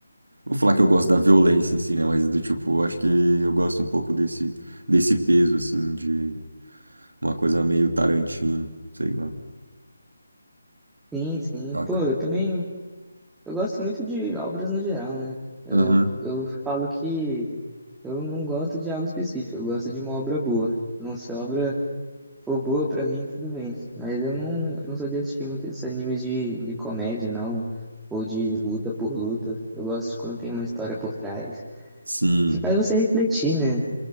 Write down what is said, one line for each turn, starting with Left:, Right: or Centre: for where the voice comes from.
Right: Vou falar que eu gosto da violência em si, né? Mas do tipo, eu acho que eu gosto um pouco desse, desse peso, assim, de Uma coisa meio Tarantino, sei lá,
Centre: <laughs> Sim, sim.
Right: saca?
Centre: Pô, eu também. Eu gosto muito de obras no geral, né? Eu,
Right: Aham.
Centre: eu falo que eu não gosto de algo específico, eu gosto de uma obra boa. Então, se a obra for boa pra mim, tudo bem. Mas eu não, eu não sou de assistir muitos esses animes de, de comédia, não. Ou de luta por luta. Eu gosto quando tem uma história por trás.
Right: Sim,
Centre: Que faz você refletir, né?